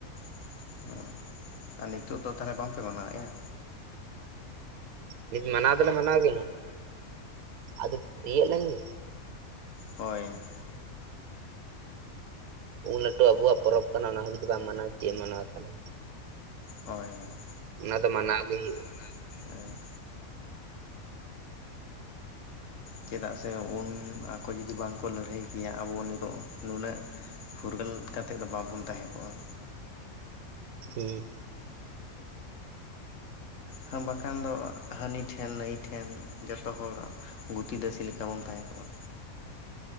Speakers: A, on the left; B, on the right.
A: <inaudible> ᱚ ᱟᱨ ᱱᱤᱛᱚᱜ ᱫᱚ ᱛᱟᱦᱞᱮ ᱵᱟᱝ ᱯᱮ ᱢᱟᱱᱟᱣᱮᱜᱼᱟ?
B: ᱱᱤᱛ ᱢᱟᱱᱟᱣ ᱫᱚᱞᱮ ᱢᱟᱱᱟᱣ ᱜᱮ ᱜᱮᱭᱟ, ᱟᱫᱚ ᱛᱤᱭᱚᱜ ᱞᱮᱱ ᱜᱮ
A: ᱦᱳᱭ
B: ᱩᱱ ᱞᱟᱹᱴᱩ ᱟᱵᱚᱣᱟᱜ ᱯᱚᱨᱚᱵᱽ ᱠᱟᱱᱟ, ᱚᱱᱟ ᱦᱚᱸ ᱡᱩᱫᱤ ᱵᱟᱢ ᱢᱟᱱᱟᱣᱟ, ᱪᱮᱫ ᱮᱢ ᱢᱟᱱᱟᱣᱟ ᱛᱟᱦᱞᱮ?
A: ᱦᱳᱭ ᱦᱳᱭ᱾
B: ᱚᱱᱟ ᱫᱚ ᱢᱟᱱᱟᱣ ᱜᱮ ᱦᱩᱭᱩᱜᱼᱟ᱾
A: <unintelligible> ᱦᱮᱸ ᱪᱮᱫᱟᱜ ᱥᱮ ᱩᱱ ᱟᱠᱚ ᱡᱩᱫᱤ ᱵᱟᱝ ᱠᱚ ᱞᱟᱹᱲᱦᱟᱹᱭ ᱠᱮᱭᱟ, ᱟᱵᱚ ᱱᱤᱛᱚᱜ ᱱᱩᱱᱟᱹᱜ ᱯᱷᱩᱨᱜᱟᱹᱞ ᱠᱟᱛᱮᱫ ᱫᱚ ᱵᱟᱵᱚᱱ ᱛᱟᱦᱮᱸ ᱠᱚᱜᱼᱟ᱾
B: ᱦᱩᱸ
A: ᱦᱟᱸ ᱵᱟᱠᱷᱟᱱ ᱫᱚ ᱦᱟᱹᱱᱤ ᱴᱷᱮᱱ ᱱᱟᱹᱭ ᱴᱷᱮᱱ ᱡᱚᱛᱚ ᱦᱚᱲ ᱜᱩᱛᱤ ᱫᱟᱹᱥᱤ ᱞᱮᱠᱟ ᱵᱚᱱ ᱛᱟᱦᱮᱸ ᱠᱚᱜᱼᱟ᱾